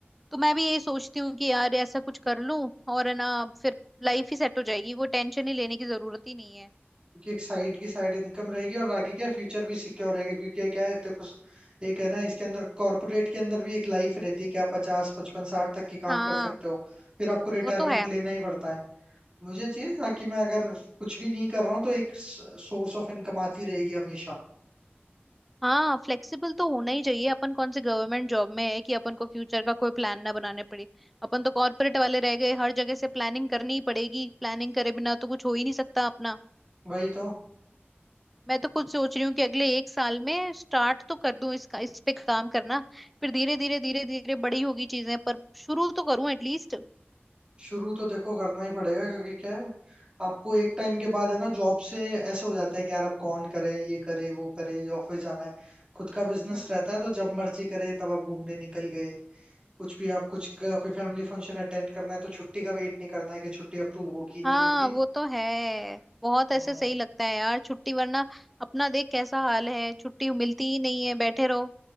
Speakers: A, in the centre; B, on the right.
A: तो मैं भी यही सोचती हूँ कि यार ऐसा कुछ कर लूं और है ना फिर लाइफ ही सेट हो जाएगी कोई टेंशन ही लेने की जरूरत ही नहीं है
B: क्योंकि एक साइड की साइड इनकम रहेगी और आगे क्या फ्यूचर भी सिक्योर रहेगा क्योंकि ये क्या है देखो एक है ना इसके अंदर कॉर्पोरेट के अंदर भी एक लाइफ रहती है कि आप पचास पचपन साठ तक की काम
A: हाँ
B: कर सकते हो फिर आपको रिटायरमेंट
A: वो तो है
B: लेना ही पड़ता है मुझे चाहिए ताकि मैं अगर कुछ भी नहीं कर रहा हूँ तो एक सोर्स ऑफ इनकम आती रहेगी हमेशा
A: हाँ फ्लेक्सिबल तो होना ही चाहिए अपन कौन से गवर्नमेंट जॉब में है कि अपन को फ्यूचर का कोई प्लान ना बनाने पड़े अपन तो कॉर्पोरेट वाले रह गए हर जगह से प्लानिंग करनी ही पड़ेगी प्लानिंग करे बिना तो कुछ हो ही नहीं सकता अपना
B: वही तो
A: मैं तो खुद सोच रही हूँ कि अगले एक साल में स्टार्ट तो कर दूं इसका इस पे काम करना फिर धीरे धीरे धीरे धीरे बड़ी होगी चीजें पर शुरू तो करूं एटलीस्ट
B: शुरू तो देखो करना ही पड़ेगा क्योंकि क्या है आपको एक टाइम के बाद है ना जॉब से ऐसा हो जाता है कि यार अब कौन करे ये करे वो करे ऑफिस जाना है खुद का बिजनेस
A: हम्म
B: रहता है तो जब मर्जी करे तब आप घूमने निकल गए कुछ भी आप कुछ क- कोई फैमिली फंक्शन अटेंड करना है तो छुट्टी का वेट नहीं करना है कि छुट्टी अप्रूव होगी नहीं
A: हाँ
B: होगी
A: वो तो है बहुत
B: हम्म
A: ऐसे सही लगता है यार छुट्टी वरना अपना देख कैसा हाल है छुट्टी मिलती ही नहीं है बैठे रहो